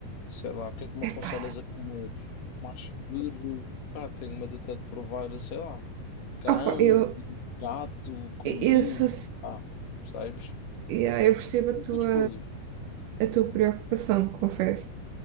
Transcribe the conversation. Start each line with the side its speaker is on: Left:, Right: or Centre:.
Left: Sei lá, o que é que me aconselhas
Right: Epá,
Left: a comer? Mais seguro? Pá, tenho medo até de provar, sei lá, cão,
Right: opa, eu,
Left: gato, como
Right: eu
Left: dizem.
Right: sou.
Left: Pá, percebes?
Right: Yeah, eu percebo
Left: Muitas
Right: a tua,
Left: coisas.
Right: a tua preocupação, confesso.